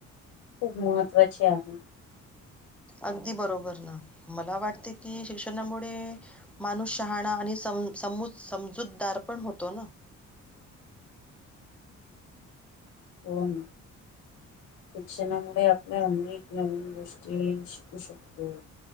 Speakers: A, on the left; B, in the centre.
A: खूप महत्त्वाची आहे.
B: अगदी बरोबर ना. मला वाटते की शिक्षणामुळे माणूस शहाणा आणि स सम समजूतदार पण होतो ना.
A: हो ना. शिक्षणामुळे आपल्या अनेक नवीन गोष्टी शिकू शकतो.